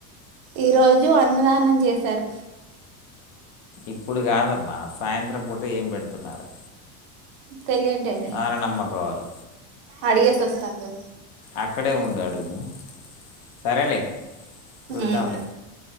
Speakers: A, on the right; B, on the left.
A: ఈ రోజు అన్నదానం చేసారు.
B: ఇప్పుడు కాదమ్మా, సాయంత్రం పూట ఏం పెడుతున్నారు.
A: తెలియదు డాడి,
B: నారాయణమ్మ గారు
A: అడిగేసి వస్తా ఆగు.
B: అక్కడే ఉండు అడుగు. సరేలే. చూద్దాంలే.
A: ఉమ్